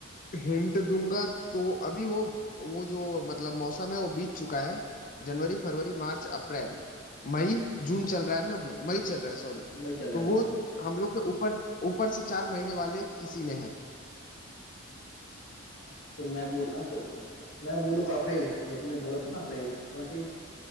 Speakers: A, on the left; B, on the left.
A: हिंट दूंगा तो अभी वो वो जो मतलब मौसम है वो बीत चुका है जनवरी फरवरी मार्च अप्रैल मई जून चल रहा है ना अभी मई चल रहा है सॉरी
B: मैं चल रहा
A: तो
B: है
A: वो
B: बिल्कुल
A: हम लोग के ऊपर ऊपर से चार महीने वाले किसी में है
B: अ, तो मैं बोल अंत मैं बोलूंगा अप्रैल जो तुमने बोला था ना April twenty